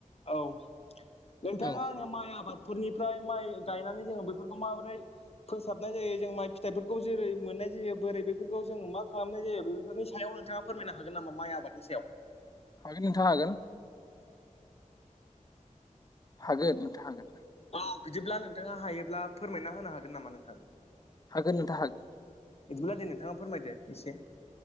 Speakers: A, on the left (about 50°); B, on the left (about 30°).
A: औ नोंथाङा
B: औ
A: आंनो माइ आबाद फोरनिफ्राय माइ गायनानै जोंङो बेफोरखौ माबोरै फोसाबनाय जायो जों माइ फिथाइफोरखौ जेरै मोननाय जायो बोरै बेफोरखौ जों मा खालामनाय जायो बेफोरनि सायाव नोंथाङा फोरमायनो हागोन नामा माइ आबादनि सायाव?
B: हागोन नोंथाङा हागोन। हागोन नोंथां हागोन।
A: औ बिदिब्ला नोंथाङा हायोब्ला फोरमायना होनो हागोन नामा नोंथां?
B: हागोन नोंथा हागोन।
A: बिदिब्ला दे नोंथाङा फोरमायदो एसे।